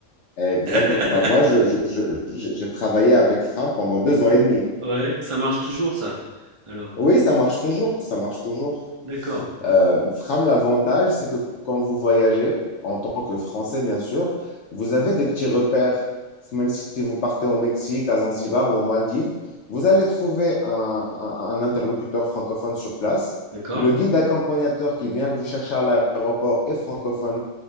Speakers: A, on the left; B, on the right.
A: exact.
B: <laughs>
A: Bah, bah, moi, je, je- je- je- j'ai travaillé avec Fram pendant deux ans et demi.
B: Ouais, ça marche toujours ça? Alors,
A: Oui, ça marche toujours. Ça marche toujours.
B: d'accord,
A: Euh, Fram, l'avantage, c'est que quand vous voyagez, en tant que Français, bien sûr, vous avez des petits repères. Même si vous partez au Mexique, à Zanzibar ou aux Maldives, vous allez trouver un, un- un interlocuteur francophone sur place.
B: d'accord,
A: Le guide accompagnateur qui vient vous chercher à l'aéroport est francophone